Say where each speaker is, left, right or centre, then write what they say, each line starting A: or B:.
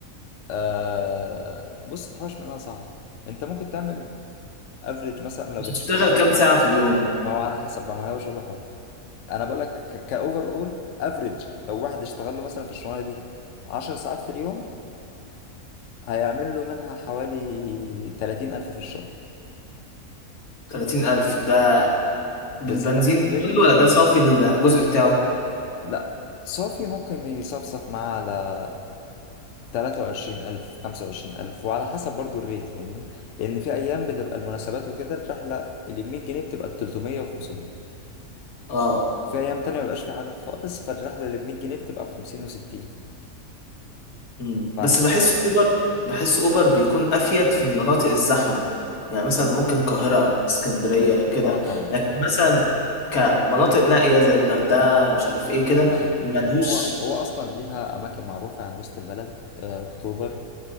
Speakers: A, on the left; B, on the left.
A: آه بص تحوش منها صعب انت ممكن تعمل افريج مثلا لو
B: انت
A: بتشتغل
B: بتشتغل كام ساعة في اليوم؟
A: ما هو على حسب بقى، ما هو شغل حر انا بقول لك كاوفر اول افريج لو واحد اشتغل له مثلا في الشغلانه دي 10 ساعات في اليوم هيعمل له منها حوالي 30 الف في الشهر
B: 30000 ده بالبنزين
A: بس ده من غير
B: كله ولا ده صافي الجزء بتاعه؟
A: لا صافي ممكن يصفصف معاه على 23 الف 25 الف وعلى حسب برضو الريت فاهمني لان في ايام بتبقى المناسبات وكده الرحله اللي ب 100 جنيه بتبقى ب 300 و500
B: اه
A: في ايام تانية مبيبقاش في عدد خالص فالرحلة اللي ب 100 جنيه بتبقى ب 50 و60
B: مم.
A: فعلى
B: بس
A: حسب
B: بحس اوبر بحس اوبر بيكون افيد في المناطق الزحمه يعني مثلا ممكن القاهره اسكندريه كده
A: اه طبعا
B: لكن مثلا كمناطق نائيه زي الغردقه مش عارف ايه كده
A: لا لا لا
B: ملهوش
A: هو هو اصلا ليها اماكن معروفة يعني وسط البلد آه اكتوبر